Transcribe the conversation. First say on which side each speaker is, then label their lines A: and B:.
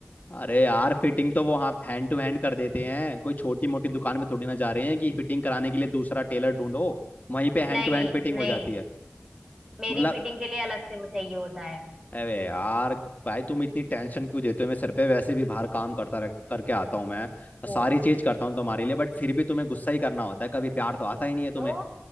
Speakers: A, on the left (about 35°); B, on the right (about 15°).
A: अरे यार फिटिंग तो वो हाँ हैंड टू हैंड कर देते हैं कोई छोटी मोटी दुकान में थोड़ी ना जा रहे हैं कि फिटिंग कराने के लिए दूसरा टेलर ढूंढो वहीं पे हैंड
B: नहीं
A: टू हैंड फिटिंग
B: नहीं
A: हो जाती है
B: मेरी
A: मतलब
B: फिटिंग के लिए अलग से वो चाहिए होता है
A: अरे यार भाई तुम इतनी टेंशन क्यों देते हो मैं सर पे वैसे भी बाहर काम करता रह, करके आता हूँ मैं
B: ओ
A: सारी चीज करता हूँ तुम्हारे लिए बट फिर भी तुम्हें गुस्सा ही करना होता है कभी प्यार तो आता ही नहीं है तुम्हें
B: तो